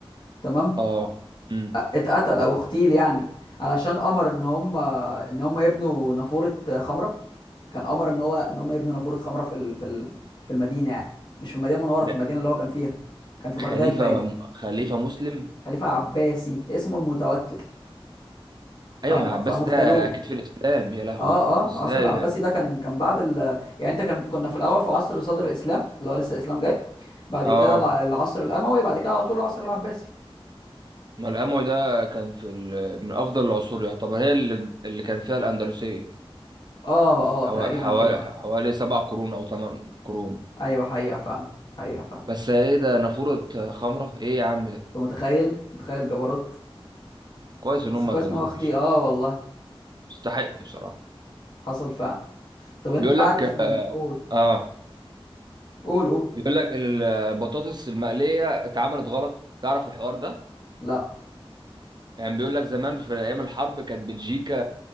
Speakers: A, on the left; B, on the right.
A: تمام
B: اه امم
A: اتقتل او اغتيل يعني علشان امر ان هم ان هم يبنوا نافوره خمره كان امر ان هو ان هم يبنوا نافوره خمره في ال... في ال... في المدينه يعني مش في المدينه المنوره
B: ده
A: في المدينه اللي هو كان فيها كان في بغداد
B: خليفه
A: باين
B: م- خليفه مسلم
A: خليفه عباسي اسمه المتوكل فم...
B: ايوه ما عباس
A: فقاموا
B: ده
A: اغتالوه
B: اكيد في الاسلام يا لهوي
A: اه
B: ازاي
A: اه عصر العباسي
B: يعني
A: ده كان كان بعد ال... يعني انت كان كنا في الاول في عصر صدر الاسلام اللي هو لسه الاسلام جاي بعد
B: اه
A: كده الع- العصر الاموي بعد كده على طول العصر العباسي
B: ما الاموي ده كان في ال- من افضل العصور يعتبر هي اللي اللي كان فيها الاندلسيه
A: اه اه
B: حوا-
A: تقريبا
B: حوا-
A: كده اه
B: حوالي سبع قرون او ثمان قرون
A: ايوه حقيقه فعلا حقيقه فعلا
B: بس ايه ده نافورة خمرة ايه يا عم ده
A: انت متخيل متخيل الجبروت
B: كويس
A: بس
B: ان هم
A: كويس
B: قتلوه
A: ان هو اختي
B: بيس-
A: اه والله
B: يستحق بصراحة
A: حصل فعلا طب انت
B: بيقول لك
A: عارف ان قول
B: اه
A: قول قول
B: بيقول لك البطاطس المقلية اتعملت غلط تعرف الحوار ده
A: لا
B: يعني بيقول لك زمان في ايام الحرب كانت بلجيكا